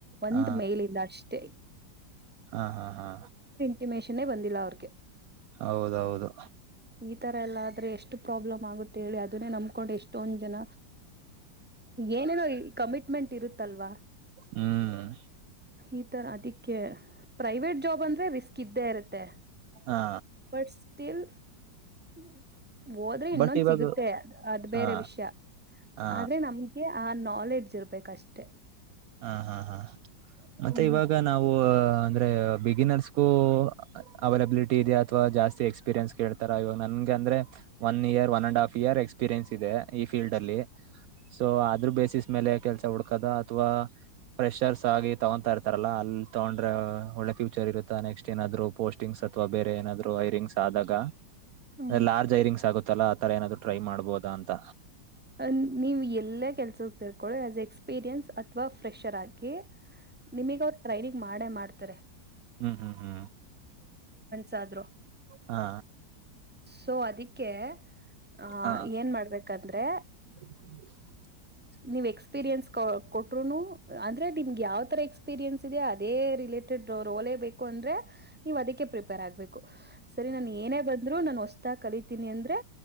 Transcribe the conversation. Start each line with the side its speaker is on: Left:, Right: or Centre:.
Centre: ಒಂದ್
Right: ಹಾ
Centre: ಮೇಲಿಂದ ಅಷ್ಟೇ.
Right: ಹಾ ಹಾ ಹಾ
Centre: ಟಿಮೇಷನೇ ಬಂದಿಲ್ಲ ಅವ್ರಿಗೆ
Right: ಹೌದೌದು
Centre: ಈ ತರ ಎಲ್ಲ ಆದ್ರೆ ಎಷ್ಟು ಪ್ರಾಬ್ಲಮ್ ಆಗುತ್ತೆ ಹೇಳಿ ಅದನ್ನೇ ನಮ್ಕೊಂಡು ಎಷ್ಟೊಂದ್ ಜನ ಏನೇನೋ ಈ ಕಮಿಟ್ಮೆಂಟ್ ಇರುತ್ತಲ್ವ.
Right: ಹ್ಮ್
Centre: ಈ ತರ ಅದಿಕ್ಕೆ ಪ್ರೈವೇಟ್ ಜಾಬ್ ಅಂದ್ರೆ ರಿಸ್ಕ್ ಇದ್ದೇ ಇರತ್ತೆ.
Right: ಹಾ
Centre: ಬಟ್ ಸ್ಟಿಲ್ ಹ್ಮ ಹೋದ್ರೆ ಇನ್ನೊಂದ್
Right: ಬಟ್ ಇವಾಗ
Centre: ಸಿಗುತ್ತೆ ಅದ್ ಬೇರೆ
Right: ಹಾ
Centre: ವಿಷಯ
Right: ಹಾ
Centre: ಆದ್ರೆ ನಮ್ಗೆ ಆ ನಾಲೆಡ್ಜ್ ಇರ್ಬೇಕಷ್ಟೇ.
Right: ಹಾ ಹಾ ಹಾ ಮತ್ತೆ
Centre: ಹ್ಮ್
Right: ಇವಾಗ ನಾವು ಅಂದ್ರೆ ಬಿಗಿನರ್ಸ್ಗೂ ಅವೈಲಬಿಲಿಟಿ ಇದೆ ಅಥವಾ ಜಾಸ್ತಿ ಎಕ್ಸ್ಪೀರಿಯನ್ಸ್ ಕೇಳ್ತಾರ ಇವಾಗ ನನ್ಗೆ ಅಂದ್ರೆ one year one and half year experience ಇದೆ ಈ ಫೀಲ್ಡ್ ಅಲ್ಲಿ. ಸೊ ಆದ್ರೂ ಬೇಸಿಸ್ ಮೇಲೆ ಕೆಲಸ ಹುಡ್ಕದ ಅಥವಾ ಫ್ರೆಷರ್ಸ್ ಆಗಿ ತಗೊಂತಾ ಇರ್ತಾರಲ್ಲ ಅಲ್ ತಗೊಂಡ್ರೆ ಒಳ್ಳೆ ಫ್ಯೂಚರ್ ಇರುತ್ತಾ ನೆಕ್ಸ್ಟ್ ಏನಾದ್ರು ಪೋಸ್ಟಿಂಗ್ಸ್ ಅಥವಾ ಬೇರೆ ಏನಾದ್ರೂ ಹೈರಿಂಗ್ ಆದಾಗ.
Centre: ಹ್ಮ್
Right: ಲಾರ್ಜ್ ಹೈರಿಂಗ್ಸ್ ಆಗುತ್ ತಲಾ ತರ ಏನಾದೂ ಟ್ರೈ ಮಾಡ್ಬೋದ ಅಂತ.
Centre: ಹ ನೀವ್ ಎಲ್ಲೇ ಕೆಲ್ಸಕ್ ಸೇರ್ಕೊಳಿ ಆಸ್ ಎ ಎಕ್ಸ್ಪೀರಿಯನ್ಸ್ ಅಥವಾ ಫ್ರೆಷರ್ ಆಗಿ ನಿಮಿಗ್ ಅವ್ರ್ ಟ್ರೈನಿಂಗ್ ಮಾಡೇ ಮಾಡ್ತಾರೆ.
Right: ಹ್ಮು ಹುಹು.
Centre: ಸಾಬ್ರು
Right: ಹಾ
Centre: ಸೊ ಅದಕ್ಕೆ ಹ
Right: ಹಾ
Centre: ಏನ್ ಮಾಡ್ಬೇಕ ಯಾಕಂದ್ರೆ
Right: <inaudible>
Centre: ನೀವ್ ಎಕ್ಸ್ಪೀರಿಯನ್ಸ್ ಕೊಟ್ರುನು ಅಂದ್ರೆ ನಿಮ್ಗೆ ಯಾವ ತರ ಎಕ್ಸ್ಪೀರಿಯೆನ್ಸ್ ಇದೆ ಅದೇ ರಿಲೇಟೆಡ್ ರೋಲೇ ಬೇಕು ಅಂದ್ರೆ ನೀವುಅದಕ್ಕೆ ಪ್ರಿಪೇರ್ ಆಗ್ಬೇಕು ಸರಿ ನನ್ ಏನೇ ಬಂದ್ರು ನ ಕಷ್ಟ ಕಲಿತೀನಿ ಅಂದ್ರೆ